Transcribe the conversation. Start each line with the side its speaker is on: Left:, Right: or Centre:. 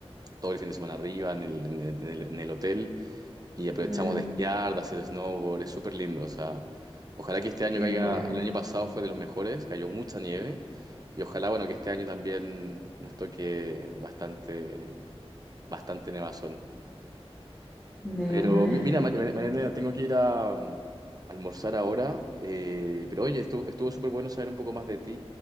Right: todo el fin de semana arriba en el, en el- en el- en el hotel y aprovechamos
Left: mm,
Right: de esquiar, de hacer snowboard, es súper lindo, o sea, ojalá que este año
Left: qué
Right: caiga,
Left: bueno.
Right: el año pasado fue de los mejores, cayó mucha nieve, y ojalá, bueno, que este año también nos toque bastante, bastante nevazón.
Left: De
Right: Pero
Left: una.
Right: mi- mira, Ma- Ma- Marianela, tengo que ir a, mm, almorzar ahora. eh, pero oye, estuvo, estuvo súper bueno saber un poco más de ti